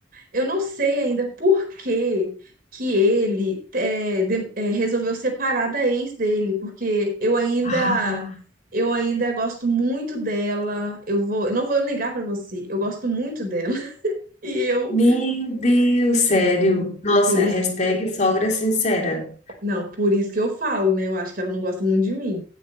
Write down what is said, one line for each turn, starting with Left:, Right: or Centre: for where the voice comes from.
Right: Eu não sei ainda por que que ele é, de- é, resolveu separar da ex dele, porque eu ainda
Left: Ah.
Right: eu ainda gosto muito dela. Eu vou, não vou negar pra você, eu gosto muito dela. <laughs> E eu,
Left: Meu Deus,
Right: é,
Left: sério. Nossa,
Right: por
Left: hashtag
Right: isso
Left: sogra sincera.
Right: Não, por isso que eu falo, né? Eu acho que ela não gosta muito de mim.